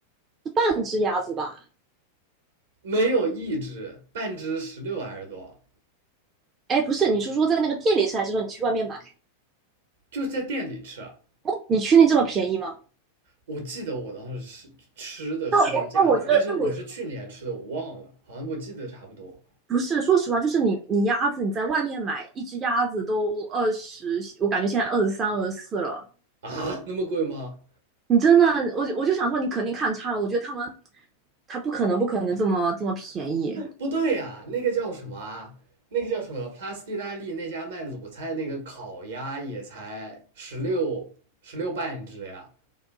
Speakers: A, on the right; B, on the right.
A: 是半只鸭子吧？
B: 没有一只，半只十六还是多少？
A: 哎，不是，你是说在那个店里吃，还是说你去外面买？
B: 就在店里吃啊。
A: 你确定这么便宜吗？
B: 我记得我当时是吃的是这个价格，
A: 那哦我觉得，
B: 但是我是去年吃的，
A: 那我
B: 我忘了，好像我记得差不多
A: 不是，说实话，就是你你鸭子你在外面买一只鸭子都二十，我感觉现在二十三、二十四了。
B: 啊，那么贵吗？
A: 你真的，我我就想说，你肯定看差了。我觉得他们他不可能不可能这么这么便宜，
B: 不对呀、那个叫什么啊？那个叫什么？Plus 意大利那家卖卤菜那个烤鸭也才十六十六半只呀，